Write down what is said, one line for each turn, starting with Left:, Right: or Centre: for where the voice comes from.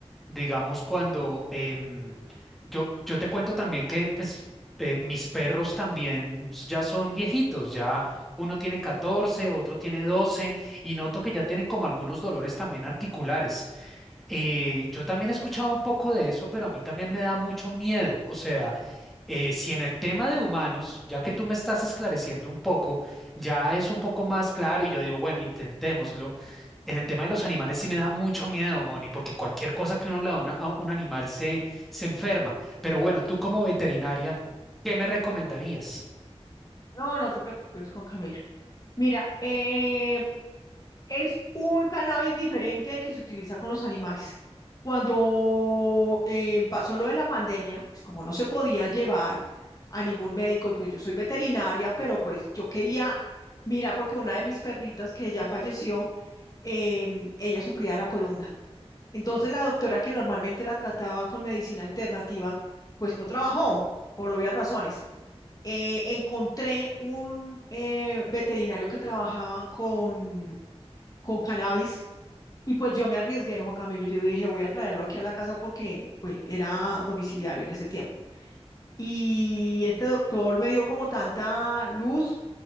Centre: Digamos, cuando em, yo, yo te cuento también que pues, eh, mis perros también ya son viejitos, ya uno tiene catorce otro tiene 12 y noto que ya tienen como algunos dolores también articulares. Eh, yo también he escuchado un poco de eso, pero a mí también me da mucho miedo. O sea, eh, si en el tema de humanos, ya que tú me estás esclareciendo un poco, ya es un poco más claro y yo digo, bueno, intentémoslo. En el tema de los animales sí me da mucho miedo, Moni, porque cualquier cosa que uno le da a una- a un animal se, se enferma. Pero bueno, tú como veterinaria, ¿qué me recomendarías?
Left: No, no te preocupes, Juan Camilo. Mira, eh, es un cannabis diferente al que se utiliza con los animales. Cuando eh, pasó lo de la pandemia, pues como no se podía llevar a ningún médico, pues yo soy veterinaria, pero pues yo quería, mira, porque una de mis perritas que ya falleció, em, ella sufría de la columna. Entonces la doctora que normalmente la trataba con medicina alternativa, pues no trabajó por obvias razones eh, encontré un eh, veterinario que trabajaba con, con cannabis y pues yo me arriesgué, Juan Camilo, yo dije, voy a traerlo aquí a la casa porque pues, era domiciliario en ese tiempo. Y este doctor me dio como tanta luz